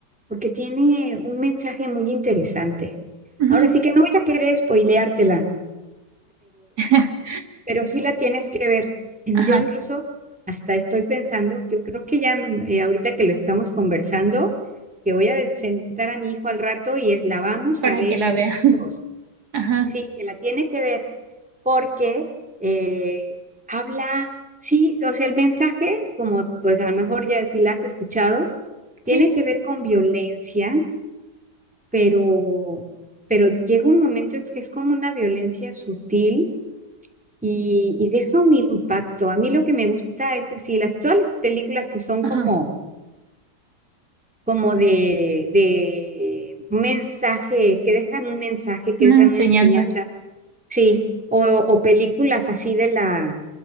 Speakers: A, in the centre; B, on the right.
A: porque tiene un mensaje muy interesante.
B: ujú.
A: Ahora sí que no voy a querer spoileártela,
B: <laughs>
A: pero sí la tienes que ver. <clears throat> Yo
B: Ajá,
A: incluso hasta estoy pensando, yo creo que ya mm, eh, ahorita que lo estamos conversando, que voy a sentar a mi hijo al rato y es, la vamos
B: para
A: a ver
B: que la vea. <laughs>
A: juntos.
B: Ajá,
A: Sí, que la tiene que ver porque eh, habla, sí, o sea, el mensaje, como pues a lo mejor ya si la has escuchado, tiene
B: sí,
A: que ver con violencia, pero, pero llega un momento en que es como una violencia sutil y, y deja un impacto. A mí lo que me gusta es así, las, todas las películas que son
B: ajá,
A: como, como de, de un mensaje, que dejan un mensaje, que
B: una
A: dejan
B: enseñanza.
A: una enseñanza, sí, o, o películas así de la,